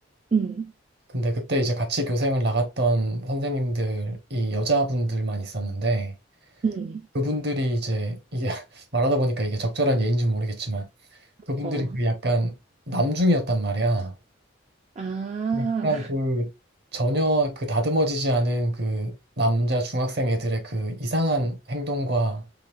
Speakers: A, on the right; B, on the right.
A: 응,
B: 근데 그때 이제 같이 교생을 나갔던 선생님들이 여자분들만 있었는데,
A: 응,
B: 그분들이 이제, 이게 <laughs> 말하다 보니까 이게 적절한 예인지 모르겠지만, 그분들이
A: 어,
B: 그 약간 남중이었단 말이야.
A: 아,
B: 약간 그 전혀 그 다듬어지지 않은 그 남자 중학생 애들의 그 이상한 행동과